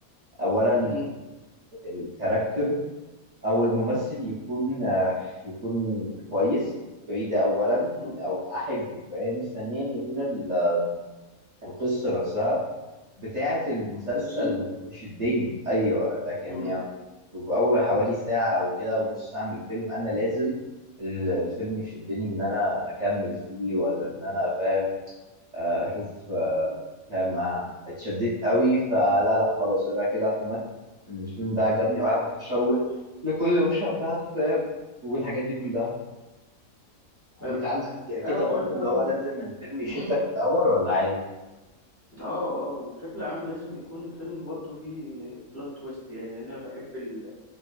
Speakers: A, on the right (about 55°); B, on the left (about 20°).
A: اولا
B: أمم،
A: الكاركتر او الممثل يكون آه، يكون كويس كويس ده اولا
B: أمم.
A: او احبه فاهم ثانيا يكون ال- القصه نفسها بتاعه المسلسل
B: تشد
A: تشدني ايوه لكن
B: امم
A: يعني في اول حوالي ساعه او كده ونص ساعه من الفيلم انا لازم ال- الفيلم يشدني ان انا اكمل فيه ولا ان انا فاهم آه، اشوف آه، فاهم آه، اتشددت قوي فلا لا خلاص انا كده اعتمدت ان الفيلم ده عجبني وقاعد متشوق لكل مشهد بعده فاهم والحاجات دي كلها
B: حلو
A: انت عندك
B: اه
A: كده
B: وبشكل
A: برضو اللي
B: عام
A: هو لازم
B: ال...
A: الفيلم يشدك
B: امم
A: في الاول ولا عادي
B: اه اه وبشكل عام لازم يكون الفيلم برضو فيه بلوت تويست يعني لأن انا بحب ال...